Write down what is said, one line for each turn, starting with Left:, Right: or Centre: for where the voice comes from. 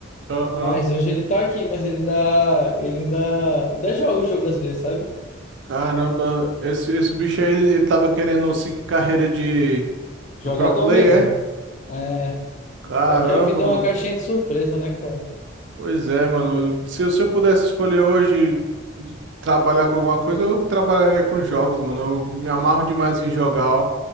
Right: Aham.
Left: mas hoje ele tá aqui, mas ele ainda ele ainda ainda joga o jogo às vezes, sabe?
Right: Caramba, esse, esse bicho aí, ele, ele tava querendo seguir carreira de,
Left: Jogador
Right: de pro player,
Left: mesmo.
Right: é?
Left: É,
Right: Caramba,
Left: só que a vida
Right: mano.
Left: é uma caixinha de surpresa, né, cara?
Right: Pois é, mano. Se, eu- se eu pudesse escolher hoje de trabalhar com alguma coisa, eu trabalharia com jogos, mano. Eu me amarro demais em jogar, ó.